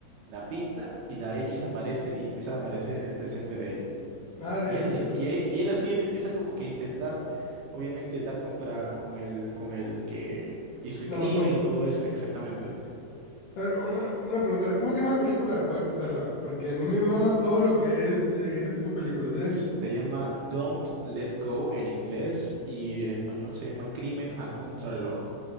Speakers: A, on the right (about 75°); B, on the left (about 60°).
A: La pinta y la X aparece y empieza a aparecer en el presente de él.
B: Mares,
A: Y así,
B: o sea,
A: y él, y él así él empieza como que a intentar, obviamente, dar contra con el, con el que hizo el
B: la
A: crimen
B: mató.
A: y todo eso, exactamente.
B: A ver, una, una pregunta, ¿cómo se llama la película? Voy a apuntarla, porque a mí me mama todo lo que es eh, ese tipo de películas, ¿eh?
A: Se llama Don't Let Go en inglés y en español se llama Crimen a contrarreloj.